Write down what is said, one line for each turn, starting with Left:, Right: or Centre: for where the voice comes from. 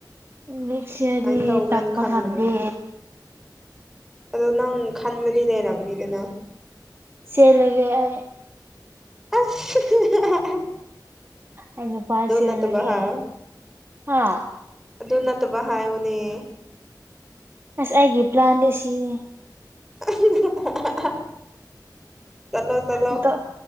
Right: ꯅꯦꯛꯁ ꯌꯤꯔ꯭ꯔꯗꯤ
Centre: ꯇꯧꯒꯦꯅ
Right: ꯇꯝꯕ
Centre: ꯈꯟꯕꯅꯦ
Right: ꯉꯝꯗꯦ
Centre: ꯑꯗꯣ ꯅꯪ ꯈꯟꯕꯗꯤ ꯂꯩꯔꯕꯝꯅꯤꯗꯅ
Right: ꯆꯦꯜꯂꯥꯒꯦ ꯑꯩ
Centre: <inaudible>
Right: ꯑꯩꯄꯥꯁꯤꯦꯂꯒꯦ
Centre: ꯑꯗꯨ ꯅꯠꯇꯕ ꯍꯥꯏꯌꯣ
Right: ꯍꯥ
Centre: ꯑꯗꯨ ꯅꯠꯇꯕ ꯍꯥꯏꯌꯨꯅꯦꯌꯦ
Right: ꯑꯁ ꯑꯩꯒꯤ ꯄ꯭ꯂꯥꯟꯗꯦ ꯁꯤꯅꯦ
Centre: ꯍꯤ ꯍꯥ ꯍꯥ ꯆꯂꯣ ꯆꯂꯣ
Right: ꯑꯗꯣ